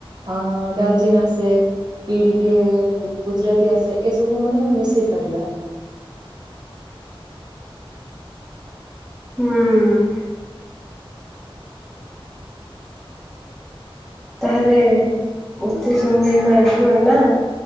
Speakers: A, on the right; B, in the centre.
A: ଅ ଡାଲଚିନ୍ ଆସେ କି ଟିକେ ଗୁଜୁରାତି ଆସେ ଏ ସବୁ ମାନେ ମିଶେଇ ପାରିବା।
B: ହୁଁ। ତାହେଲେ ଏତେ ସବୁ ହେଇପାରିବ ନା।